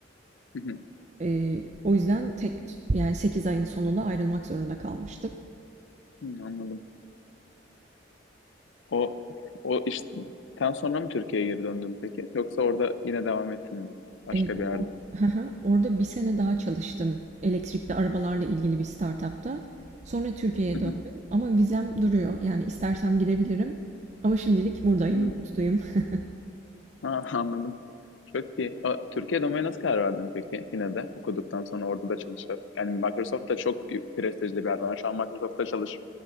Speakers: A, on the left; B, on the right.
A: hı hı.
B: Eee, o yüzden tek yani 8 ayın sonunda ayrılmak zorunda kalmıştım.
A: Hı, Anladım. O o işten sonra mı Türkiye'ye geri döndün peki? Yoksa orada yine devam ettin mi? Başka
B: Eee, o,
A: bir yerde.
B: <laughs> orada bir sene daha çalıştım elektrikli arabalarla ilgili bir startupta. Sonra Türkiye'ye
A: Hı
B: döndüm
A: hı,
B: ama vizem duruyor. Yani istersem gidebilirim. Ama şimdilik buradayım,
A: hı.
B: mutluyum. <laughs>
A: Ha, <laughs> anladım. Çok iyi. A, Türkiye domaine nasıl karar verdin peki? Yine de okuduktan sonra orada da çalışıyor. Yani Microsoft da çok prestijli bir yer. Ben şu an Microsoft'ta çalış